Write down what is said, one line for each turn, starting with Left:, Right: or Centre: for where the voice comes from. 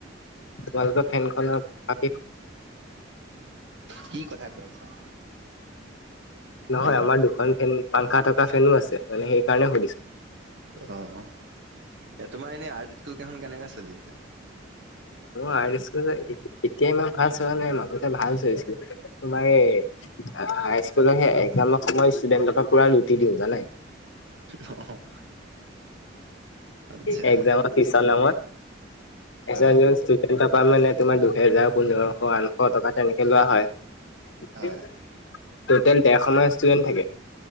Left: তোমালোকৰ ফেনখনৰ <unintelligible>
Right: কি কথা কৈ আছা?
Left: নহয়
Right: হেল্ল'।
Left: আমাৰ দুখন ফেন পাংখা থকা ফেন ও আছে, মানে সেইকাৰণে সুধিছো।
Right: অ', এ তোমাৰ এনে আৰ্ট স্কুলকেইখন কেনেকা চলি আছে?
Left: মোৰ আৰ্ট স্কুল এতিয়াই মই ভাল চোৱা নাই মাজতে ভাল চলিছিলে, তোমাৰ এই হাই স্কুলৰ সেই একজামৰ সময় ষ্টুডেণ্টৰ পৰা পুৰা লুটি দিওঁ জানে।
Right: অ', অ'। আচ্ছা
Left: একজামৰ ফিছৰ নামত,
Right: হয়
Left: পিছত গৈ ষ্টুডেণ্টৰ পৰা মানে তোমাৰ দুহেজাৰ পোন্ধৰশ আঠশ টকা তেনেকে লোৱা হয়। <unintelligible>
Right: হয়
Left: ডেৰশ মান ষ্টুডেন্ট থাকে।